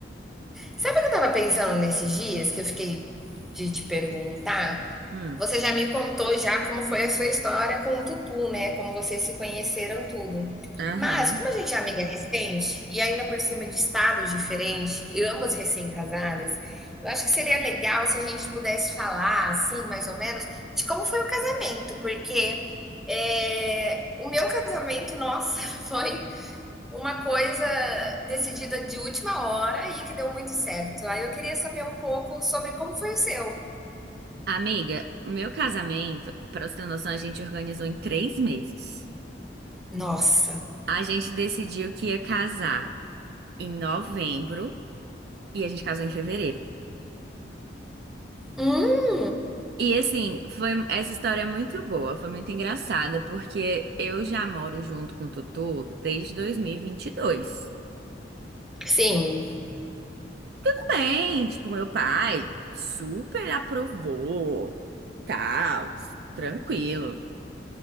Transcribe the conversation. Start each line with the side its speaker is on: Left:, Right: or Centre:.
Centre: Sabe o que eu tava pensando nesses dias que eu fiquei de te perguntar?
Right: Hum,
Centre: Você já me contou já como foi a sua história com o Tutu, né? Como vocês se conheceram tudo.
Right: aham.
Centre: Mas como a gente é amiga recente e ainda por cima de estados diferentes e ambas recém-casadas, eu acho que seria legal se a gente pudesse falar, assim, mais ou menos, de como foi o casamento, porque é, o meu casamento, nossa, <laughs> foi uma coisa decidida de última hora e que deu muito certo. Aí eu queria saber um pouco sobre como foi o seu.
Right: Amiga, o meu casamento, pra você ter noção, a gente organizou em três meses.
Centre: Nossa.
Right: A gente decidiu que ia casar em novembro e a gente casou em fevereiro.
Centre: Hum,
Right: E assim, foi essa história é muito boa, foi muito engraçada, porque eu já moro junto com o Totô desde 2022.
Centre: sim.
Right: Tudo bem, tipo, meu pai super aprovou, tal, tranquilo.